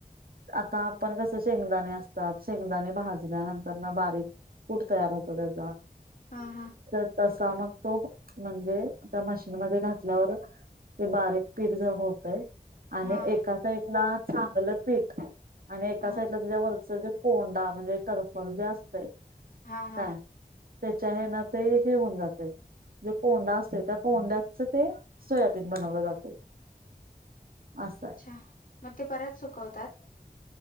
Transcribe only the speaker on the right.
आता आपण कसं शेंगदाणे असतात शेंगदाणे भाजल्यानंतर ना बारीक कुट तयार होतं त्याच
तर तसा मग तो म्हणजे त्या मशीनमध्ये घातल्यावर ते बारीक पीठ ज होतंय आणि
एका साईड ला चांगलं पीठ आणि एका
साइडला तुझ्या वरचा जे कोंडा म्हणजे टर्फल जे असतय.
काय?
त्याच्या हे ना ते हे होऊन जातंय. जे कोंडा असते त्या कोंड्याच ते सोयाबीन बनवलं जातं असं